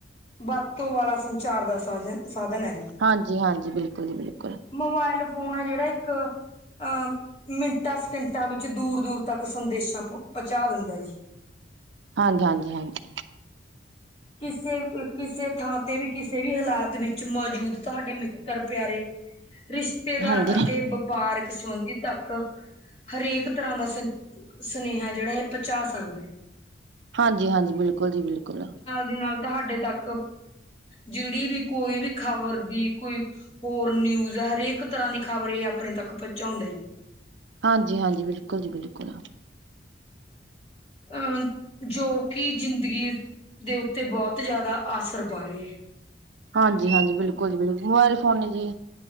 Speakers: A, on the left; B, on the right.
A: ਵਰਤੋਂ ਵਾਲਾ ਸੰਚਾਰ ਦਾ ਸਾਧ, ਸਾਧਨ ਹੈ ਇਹ
B: ਹਾਂਜੀ- ਹਾਂਜੀ ਬਿਲਕੁਲ, ਬਿਲਕੁਲ
A: ਮੋਬਾਇਲ ਫੋਨ ਆ ਜੇੜਾ ਇੱਕ ਅਹ, ਮਿੰਟਾਂ ਸਕਿੰਟਾਂ ਵਿੱਚ ਦੂਰ -ਦੂਰ ਤੱਕ, ਸੰਦੇਸ਼ਾਂ ਪਹੁੰਚਾ ਦਿੰਦਾ ਜੀ
B: ਹਾਂਜੀ- ਹਾਂਜੀ- ਹਾਂਜੀ
A: ਕਿਸੇ, ਕਿਸੇ ਥਾਂ ਤੇ ਵੀ ਕਿਸੇ ਵੀ ਹਾਲਾਤ ਵਿੱਚ ਮੌਜੂਦ ਤੁਹਾਡੇ ਮਿੱਤਰ ਪਿਆਰੇ ਰਿਸ਼ਤੇਦਾਰ
B: ਹਾਂਜੀ
A: ਅਤੇ ਵਪਾਰਕ ਸੰਬੰਧੀ ਤੱਕ ਹਰੇਕ ਤਰ੍ਹਾਂ ਦਾ ਸੁਨ, ਸੁਨੇਹਾ ਜੇੜਾ ਇਹ ਪਹੁੰਚਾ ਸਕਦੇ।
B: ਹਾਂਜੀ-ਹਾਂਜੀ, ਬਿਲਕੁਲ ਜੀ ਬਿਲਕੁਲ।
A: ਇਹਦੇ ਨਾਲ ਤੁਹਾਡੇ ਤੱਕ, ਜਿਹੜੀ ਵੀ ਕੋਈ ਵੀ ਖਬਰ ਦੀ ਕੋਈ, ਹੋਰ ਨਿਊਜ਼ ਹਰੇਕ ਤਰ੍ਹਾਂ ਦੀ ਖਬਰ ਇਹ ਆਪਣੇ ਤੱਕ ਪਹੁੰਚਾਉਂਦੇ ਨੇ,
B: ਹਾਂਜੀ-ਹਾਂਜੀ, ਬਿਲਕੁਲ ਜੀ ਬਿਲਕੁਲ।
A: ਅਹ, ਜੋ ਕਿ ਜ਼ਿੰਦਗੀ ਦੇ, ਉੱਤੇ ਬਹੁਤ ਜ਼ਿਆਦਾ ਆਸਰ ਪਾ ਰਹੇ
B: ਹਾਂਜੀ-ਹਾਂਜੀ, ਬਿਲਕੁਲ ਜੀ ਬਿਲਕੁਲ ਮੋਬਾਇਲ ਫੋਨ ਜੀ।